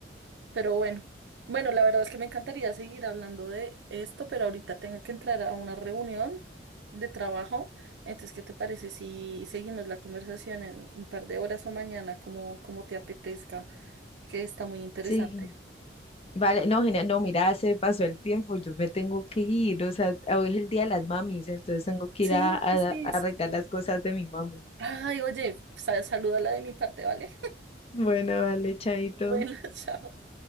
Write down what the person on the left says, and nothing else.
Sí, vale, no, genial, no, mira, se pasó el tiempo, yo me tengo que ir, o sea, hoy es el día de las mamis, entonces tengo que
ir a, a
a arreglar
las cosas de mi mami.
Bueno, vale, chaito.